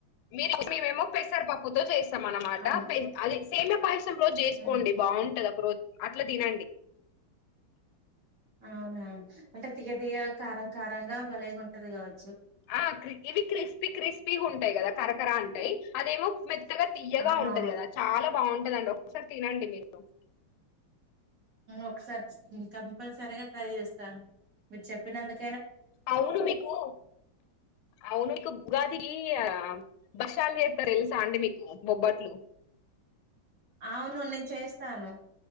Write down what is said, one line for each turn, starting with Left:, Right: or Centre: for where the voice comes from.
Left: మీ మేమేమో పెసరపప్పుతో చేస్తాం అన్నమాట
Right: అవును
Left: అది సేమ్యా పాయస్రం రోజు జేసుకోండి
Right: ఉమ్
Left: బావుంటది ఒక రోజు అట్లా తినండి
Right: అవునా అంటే తీయ్య తీయ్య కారం కారంగా భలేగా ఉంటది గావచ్చు
Left: ఆ ఇవి క్రిస్పీ క్రిస్పీ ఉంటాయి కదా కరకరా అంటాయి అదేమో మెత్తగా తీయగా
Right: అవునవును
Left: ఉంటది గదా చాలా బావుంటదండి ఒకసారి తినండి మీరు
Right: ఒకసారి కంపల్సరీగా ట్రై చేస్తాను మీరు చెప్పినందుకు
Left: అవును మీకు అవును కుప్ గార్ దిగి ఆ బషార్ జేత్తరు తెలుసా అండి మీకు బొబ్బట్లు
Right: అవును నేను చేస్తాను